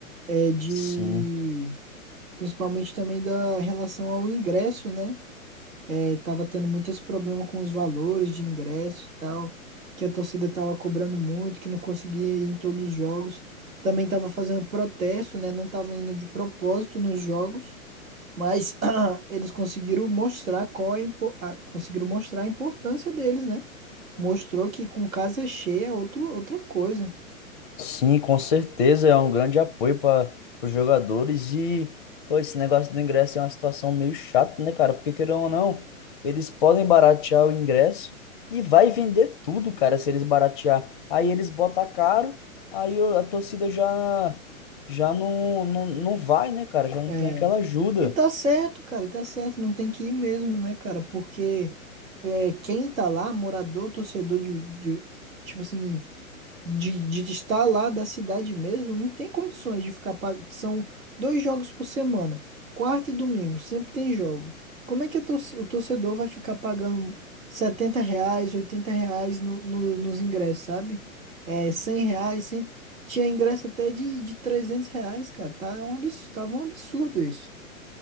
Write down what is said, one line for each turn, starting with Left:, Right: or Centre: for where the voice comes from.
Right: É de
Left: Sim.
Right: principalmente também da relação ao ingresso, né? É, tava tendo muito esse problema com os valores de ingresso e tal, que a torcida tava cobrando muito, que não conseguia ir em todos os jogos. Também tava fazendo protesto, né? Não tava indo de propósito nos jogos. Mas <clears throat> eles conseguiram mostrar qual é, a impo- a- conseguiram mostrar a importância deles, né? Mostrou que com casa cheia é outro, outra coisa.
Left: Sim, com certeza é um grande apoio para os jogadores e pô, esse negócio do ingresso é uma situação meio chata, né, cara? Porque querendo ou não, eles podem baratear o ingresso e vai vender tudo, cara, se eles baratear. Aí eles botam caro, aí o- a torcida já já não, não, não vai, né, cara? Já não
Right: É.
Left: tem aquela ajuda.
Right: E tá certo, cara, e tá certo, não tem que ir mesmo, né, cara? Porque é, quem tá lá, morador, torcedor de, de- tipo assim, de, de estar lá da cidade mesmo, não tem condições de ficar pag... São dois jogos por semana, quarta e domingo, sempre tem jogo. Como é que a torce- o torcedor vai ficar pagando 70 reais, 80 reais no, no- nos ingressos, sabe? É, 100 reais, 100... tinha ingresso até de, de 300 reais, cara. Tá um absurdo, tava um absurdo isso.